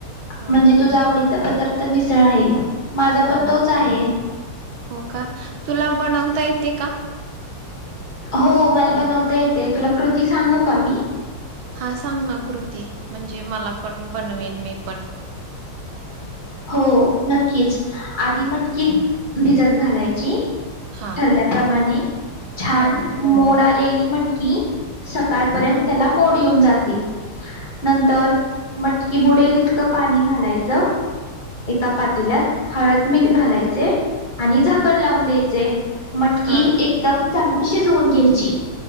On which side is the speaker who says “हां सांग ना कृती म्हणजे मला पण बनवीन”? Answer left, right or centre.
Right